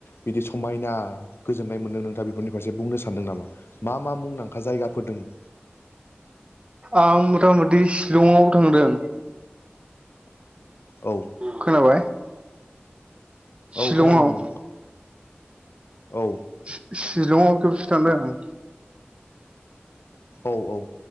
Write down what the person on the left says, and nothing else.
बिदि समायना गोजोन्नाय मोन्दों नोंथाङा बेफोरनि फारसे बुंनो सानदों नामा? मा मा मुंदांखा जायगाफोर दोङो?
औ
औ
खोनादों बुं औ
औ औ।